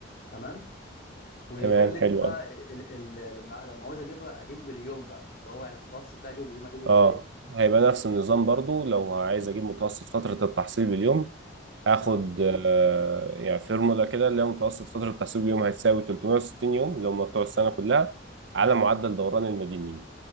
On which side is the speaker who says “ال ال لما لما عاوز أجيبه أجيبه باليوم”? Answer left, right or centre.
Left